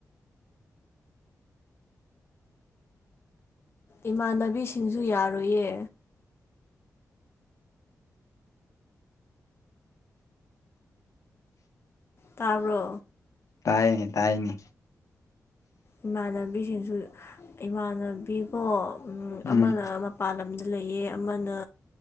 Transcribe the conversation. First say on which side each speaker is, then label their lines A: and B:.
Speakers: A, on the left (about 40°); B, on the left (about 60°).
A: ꯏꯃꯥꯟꯅꯕꯤꯁꯤꯡꯁꯨ ꯌꯥꯔꯣꯏꯌꯦ ꯇꯥꯔꯣ
B: ꯇꯥꯏꯅꯤ ꯇꯥꯏꯅꯤ
A: ꯏꯃꯥꯟꯅꯕꯤꯁꯤꯡꯁꯨ ꯏꯃꯥꯟꯅꯕꯤꯀꯣ
B: ꯎꯝ
A: ꯑꯃꯅ ꯃꯄꯥꯟ ꯂꯝ ꯂꯩꯑ ꯑꯃꯅ